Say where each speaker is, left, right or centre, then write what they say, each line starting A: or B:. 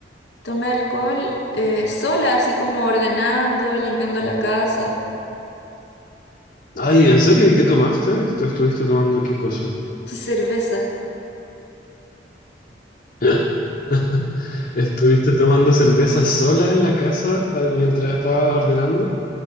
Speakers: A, on the left; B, on the left.
A: Tomé alcohol eh, sola, así como ordenando, limpiando la casa,
B: Ay, ¿en serio? ¿Y qué tomaste? ¿Te estuviste tomando qué cosa?
A: <laughs> cerveza.
B: <laughs> ¿Estuviste tomando cerveza sola en la casa ah, mientras estabas ordenando?